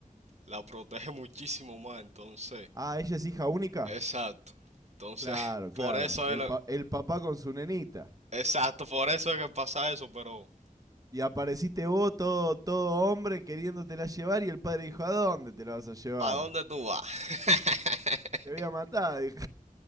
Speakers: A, on the right; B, on the right.
A: la protege <laughs> muchísimo más, entonces,
B: Ah, ella es hija única.
A: exacto. Entonces,
B: Claro,
A: <laughs>
B: claro.
A: por eso
B: El,
A: es lo,
B: pa- el papá con su nenita.
A: exacto, por eso es que pasa eso, pero
B: Y apareciste vos, todo, todo hombre, queriéndotela llevar y el padre dijo, ¿a dónde te la vas a llevar?
A: ¿para dónde tú vas? <laughs>
B: Te voy a matar, dijo